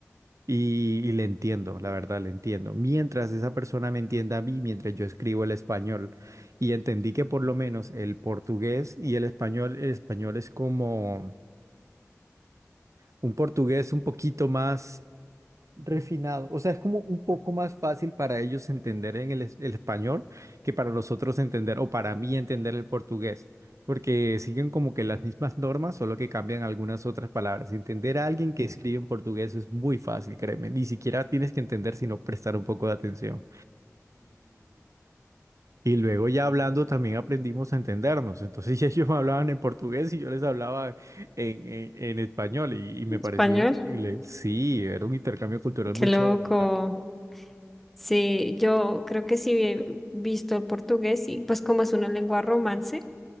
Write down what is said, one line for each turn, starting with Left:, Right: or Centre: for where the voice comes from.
Right: y, y le entiendo, la verdad, le entiendo. Mientras esa persona me entienda a mí, mientras yo escribo el español, y entendí que por lo menos el portugués y el español, el español es como un portugués un poquito más refinado. O sea, es como un poco más fácil para ellos entender en el, es- el español que para los otros entender o para mí entender el portugués, porque siguen como que las mismas normas, solo que cambian algunas otras palabras. Entender a alguien que escribe en portugués es muy fácil, créeme. Ni siquiera tienes que entender, sino prestar un poco de atención. Y luego ya hablando también aprendimos a entendernos. Entonces <laughs> ya ellos me hablaban en portugués y yo les hablaba en, en- en español y, y me parecía
Centre: Español.
Right: increíble. Sí, era un intercambio cultural
Centre: Qué
Right: muy
Centre: loco.
Right: chévere, la verdad.
Centre: Sí, yo creo que sí he visto el portugués y pues como es una lengua romance,